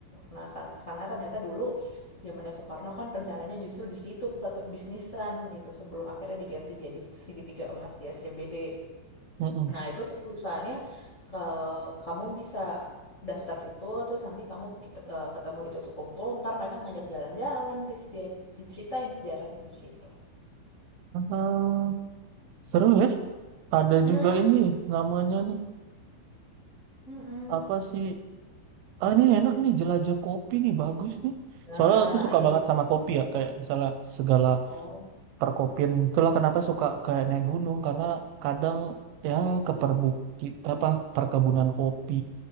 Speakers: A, on the left; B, on the right.
A: Nah, ka- karena ternyata dulu zamannya Soekarno kan rencananya justru di situ pusat perbisnisan gitu sebelum akhirnya diganti jadi segitiga emas di SCBD.
B: Mm-mm.
A: Nah, itu tuh perusahaannya ke kamu bisa daftar situ terus nanti kamu kita, eh, ketemu di titik kumpul, ntar mereka ngajak jalan-jalan, dis- dia diceritain sejarahnya di situ.
B: Ah, seru ya. Ada
A: Hmm,
B: juga ini namanya nih
A: mm-mm.
B: apa sih? Ah ini enak nih jelajah kopi nih bagus nih.
A: Nah,
B: Soalnya aku suka
A: itu.
B: banget sama kopi ya kayak misalnya segala
A: Oh,
B: perkopian itulah kenapa suka kayak naik gunung karena kadang yang ke perbuki apa perkebunan kopi